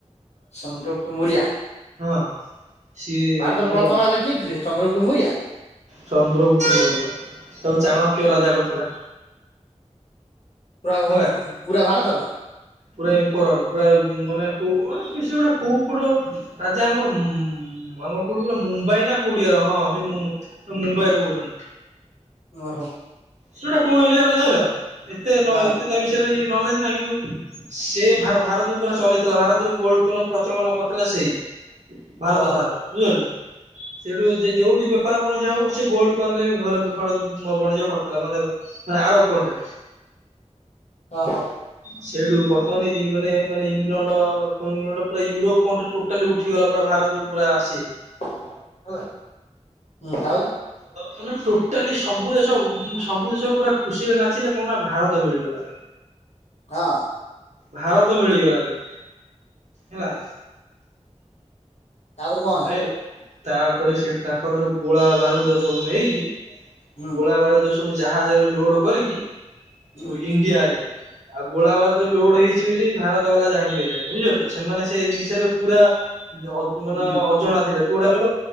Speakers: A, on the left; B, on the right.
A: ସନ୍ଦ୍ରପ ଟୁମରିଆ
B: ହଁ ସିଏ
A: ଭାରତର
B: ଯୋଉ
A: ପ୍ରଥମ
B: ରାଜ
A: ରାଜା କିଏ ଥିଲେ ଚନ୍ଦ୍ରଗୁପ୍ତ ମରିଆ
B: ଚନ୍ଦ୍ରଗୁତ କରି ତାକୁ ଚାଣ କିଉ ରାଜା କରୁଥିଲା
A: ପୁରା ଓ
B: ହେଲା
A: ପୁରା ଭାରତର
B: ପା ପୁରା ମାନେ ହଉ ସେଗୁଟା କୋଉ କୋଡ ରାଜା ଆମର ଆମର କୋଉଠି ଗିଲ ମୁମ୍ବାଇ ନା କୋଉଠିଆର ହଁ ସେ ମୁମ୍ବାଇ ର କୋଉଠିୁଁ
A: ଓହୋ
B: ସେଇଟା କୋଉ ଏରିଆରେ ଯାଇଲ ଏତେ ନ
A: ହଁ
B: ଏତେ ତା ବିଷୟରେ ନଲେଜ ନହିଁ କିନ୍ତୁ ସେ ଭାରତ ଉପରେ ଚଲେଇଥିଲା ଭାରତରେ ଗୋଲଡ କ ପ୍ରଚଳନ କରିଥିଲା ସେଇ ଭାରତ
A: ଓହୋ
B: ସାରା ବୁଝିପାରିଲ ସେଇଠୁ ଯେ ଯୋଉଠି ବେପାର ବଣିଜ ହବ ସେ ଗୋଲଡ କନ ରେ ବେପାର ବଣିଜ ମାନେ ମାନେ ଆରବ କଟ୍ରି
A: ହ ହୋ
B: ସେଇଠୁ ବର୍ତ୍ତମାନ ମାନେ ମାନେ ଇଂଲଣ୍ଡ ପୁରା ୟୁରୋପ କଣ୍ଟି ଟୋଟାଲି ଉଠିଗଲା ପୁରା ଭାରତକୁ ପୁରା ଆସିବେ
A: ହେଲା ହଁ ଆରି
B: ମାନ ଟୋଟାଲି ସବୁ ଦେଶ ସବୁ ଦେଶ ପୁରା ଖୁସିରେ ନାଚିଲେ କଣ ନା ଭାରତ ମିଳିଗଲା।
A: ହଁ
B: ଭାରତ ମିଳିଗଲା ବୋଲି। ହେଲା।
A: ତାପରେ କଣ ହେଲା?
B: ଯାଇଁଲ ତାପରେ ସେଠି ତାଙ୍କର ସବୁ ଗୋଳା ବାରୁ ସବୁ ନେଇକି
A: ହୁଁ
B: ଗୋଳା ବାରୁଦ ଯାହା ଲୋଡ କରି
A: ହୁଁ
B: ସ ଇଣ୍ଡିଆ ଆଇଲେ ଆଉ ଗୋଳା ବା ଲୋଡ ହେଇଛି ବୋଲି ଭାରତ ବାଲା ଜାଣି ପାରିଲାଣି ବୁଝିପାରିଲ ତ ସେମାନେ ସେଇ ଜିନିଷରେ ପୁରା ଅ ଅଜଣା
A: ହୁଁ
B: ଥିଲେ କୋଉଟା କହିଲ?